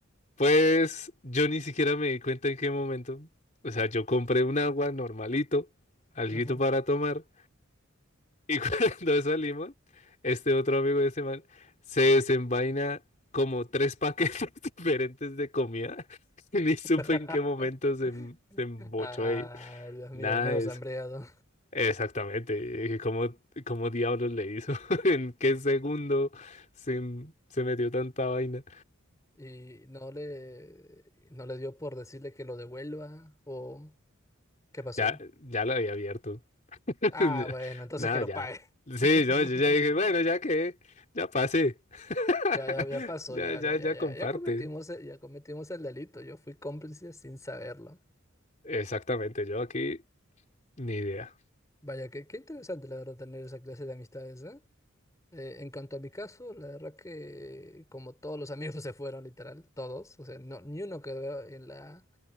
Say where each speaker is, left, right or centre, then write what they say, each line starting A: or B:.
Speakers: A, on the left (about 35°); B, on the left (about 15°).
A: Pues yo ni siquiera me di cuenta en qué momento. O sea, yo compré un agua normalito, alguito
B: Ujú.
A: para tomar. Y <laughs> cuando salimos, este otro amigo de ese man se desenvaina como tres paquetes <laughs> diferentes de comida. <laughs> Ni supe
B: <laughs>
A: en qué momento se, em- se embochó
B: Ah,
A: ahí.
B: Dios mío,
A: Nada
B: al menos
A: de eso.
B: hambreado.
A: Exactamente. y dije, ¿Cómo, cómo diablos le hizo? <laughs> ¿En qué segundo se, em- se metió tanta vaina?
B: Y no le, no le dio por decirle que lo devuelva o ¿qué pasó
A: Ya,
B: ahí?
A: ya lo había abierto. <laughs>
B: Ah, bueno, entonces
A: Nada,
B: que lo
A: ya.
B: pague.
A: Sí,
B: <laughs>
A: no, yo ya dije, bueno, ya que, ya pasé. <laughs>
B: Ya, ya, ya pasó,
A: Ya,
B: ya,
A: ya,
B: ya, ya,
A: ya
B: ya,
A: comparte.
B: ya cometimos, el- ya cometimos el delito. Yo fui cómplice sin saberlo.
A: Exactamente, yo aquí ni idea.
B: Vaya, qué, qué interesante la verdad tener esa clase de amistades, ¿eh? Eh, en cuanto a mi caso, la verdad que como todos los amigos <laughs> se fueron, literal, todos, o sea, no, ni uno quedó en la,